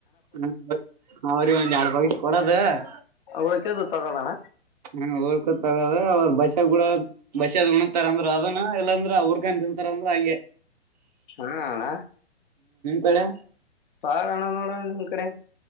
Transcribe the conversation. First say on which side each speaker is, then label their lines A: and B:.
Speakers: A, on the right; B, on the left.
A: ಹ ಅವ್ರಿಗೆ ಒಂದ ಯಡ್ <unintelligible> ಕೊಡೋದ್ <unintelligible>
B: ಉಳಿದಿದ್ದು ತಗೊಳೋಣ
A: ಹ್ಮ ಊರ್ಕ ತಗದ ಅವ್ರ ಬಷಾ ಕೂಡ ಬಸಿ ಅದು ಉಣತಾರ ಅಂದ್ರು ಅದನ್ನ ಎಲ್ಲಂದ ಅವರಿಗೇನು ತಿಂತಾರ ಅಂದ್ರ ಹಂಗೆ
B: ಹಾ ಅಣ್ಣ
A: ಪೆಡೆ
B: ಪಾಳಣ ನೋಡನಾ ನಿಂಗ ಕಡೆ